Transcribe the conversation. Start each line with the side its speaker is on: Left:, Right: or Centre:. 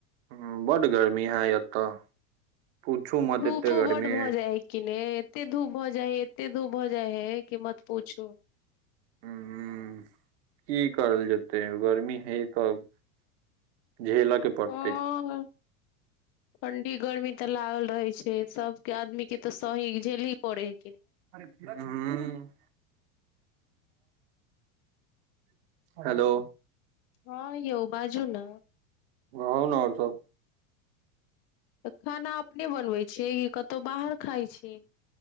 Right: ह बड गर्मी है एतऽ पूछू मत
Left: धूपो
Right: एते गर्मी
Left: बड भऽ
Right: ह
Left: जाय है कि ने एते धूप भऽ जाइ है एते धूप भ जाइ है की मत पूछू
Right: ह की करल जेतै गर्मी हे तब झेलऽ के पड़तै
Left: हँ ठंडी गर्मी तऽ लागल रहै छैइ सबके आदमी के तऽ सही झेलही ही परैह
Right: हूँ हैलो
Left: हँ यौ बाजू ना
Right: कहू ने आओर सब
Left: तऽ खाना अपने बनबै छियै कि कतहु बाहर खाइ छी